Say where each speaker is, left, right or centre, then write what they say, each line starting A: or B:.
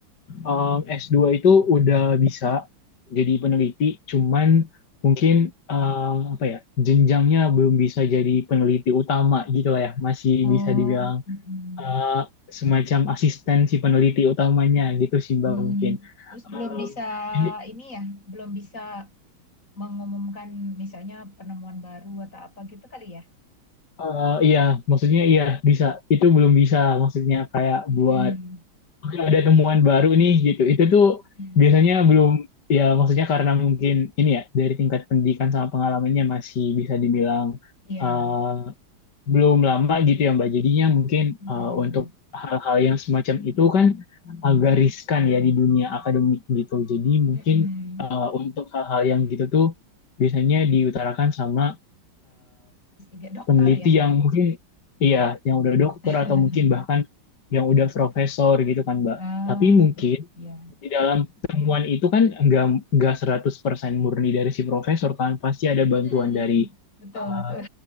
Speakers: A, on the left; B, on the left.
A: um, s dua itu udah bisa jadi peneliti, cuman mungkin um, apa ya jenjangnya belum bisa jadi peneliti utama gitu lah ya, masih
B: Oh,
A: bisa dibilang
B: mm,
A: uh, semacam asisten si peneliti utamanya gitu sih Mbak
B: mm.
A: mungkin.
B: Terus belum
A: Um,
B: bisa
A: ini
B: ini ya, belum bisa mengumumkan misalnya penemuan baru atau apa gitu kali ya?
A: uh, iya maksudnya iya bisa itu belum bisa maksudnya kayak
B: Mm,
A: buat Oke, ada temuan baru nih gitu. Itu tuh
B: mm.
A: biasanya belum ya maksudnya karena mungkin ini ya dari tingkat pendidikan sama pengalamannya masih bisa dibilang
B: Iya.
A: eh, belum lama gitu ya Mbak. Jadinya mungkin
B: Mm,
A: eh, untuk hal-hal yang semacam itu kan agak riskan ya di dunia akademik gitu. Jadi mungkin
B: mm.
A: eh, untuk hal-hal yang gitu tuh biasanya diutarakan sama
B: S3 dokter
A: peneliti
B: ya?
A: yang mungkin iya yang udah dokter
B: <laughs>
A: atau mungkin bahkan yang udah profesor gitu kan Mbak.
B: Ah,
A: Tapi mungkin
B: iya.
A: di dalam temuan itu kan enggak enggak 100% murni dari si profesor kan pasti ada bantuan
B: Mm,
A: dari
B: Betul,
A: eh,
B: betul.